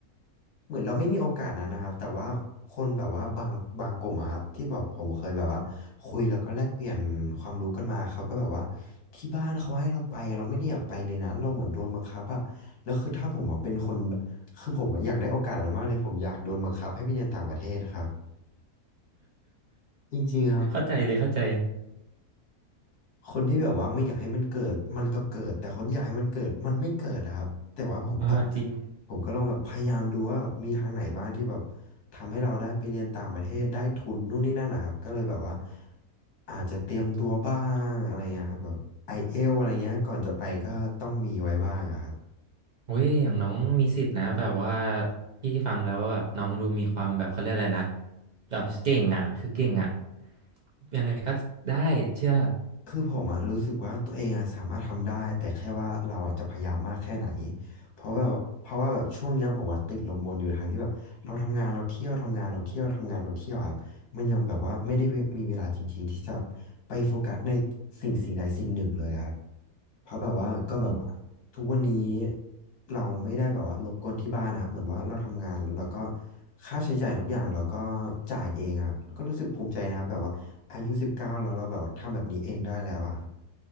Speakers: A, on the left (about 75°); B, on the right (about 40°).
A: เหมือนเราไม่มีโอกาสนะนะครับแต่ว่าคนแบบว่าบางบางกลุ่มอะครับที่แบบผมเคยแบบว่าคุยแล้วก็แลกเปลี่ยนความรู้กันมาเขาก็แบบว่าที่บ้านเขาให้เราไปเราไม่ได้อยากไปเลยนะเราเหมือนโดนบังคับอะแล้วคือถ้าผมอะเป็นคนคือผมอะอยากได้โอกาสนั้นมากเลยผมอยากโดนบังคับให้ไปเรียนต่างประเทศครับ จริงๆครับ
B: เข้าใจเลยเข้าใจ
A: คนที่แบบว่าไม่อยากให้มันเกิดมันก็เกิดแต่คนที่อยากให้มันเกิดมันไม่เกิดอะครับแต่ว่าผมตอน
B: อ่าจริง
A: ผมก็ลองแบบพยายามดูว่าแบบมีทางไหนบ้างที่แบบทำให้เราได้ไปเรียนต่างประเทศได้ทุนนู่นนี่นั่นนะครับก็เลยแบบว่าอาจจะเตรียมตัวบ้างอะไรเงี้ยครับแบบไอเอลอะไรเงี้ยก่อนจะไปก็ต้องมีไว้บ้างอะครับ
B: เว้ยอย่างน้องมีสิทธิ์นะแบบว่าพี่ฟังแล้วแบบน้องดูมีความแบบเขาเรียกอะไรนะแบบเก่งอ่ะคือเก่งอ่ะยังไงก็ได้เชื่อ
A: คือผมอะรู้สึกว่าตัวเองอะสามารถทำได้แต่แค่ว่าเราอะจะพยายามมากแค่ไหนเพราะแบบเพราะว่าแบบช่วงเนี้ยผมอะติดลมบนอยู่ทางที่แบบเราทำงานเราเที่ยวทำงานเราเที่ยวทำงานเราเที่ยวอะครับมันยังแบบว่าไม่ได้เวมีเวลาจริงๆที่จะไปโฟกัสในสิ่งสิ่งใดสิ่งหนึ่งเลยอะครับเพราะแบบว่าก็แบบว่าทุกวันนี้
B: อืม
A: เราไม่ได้แบบว่ารบกวนที่บ้านนะครับเหมือนว่าเราทำงานแล้วเราก็ค่าใช้จ่ายทุกอย่างเราก็จ่ายเองอะครับก็รู้สึกภูมิใจนะครับแบบว่า อายุสิบเก้าแล้วเราแบบทำแบบนี้เองได้แล้วอ่ะ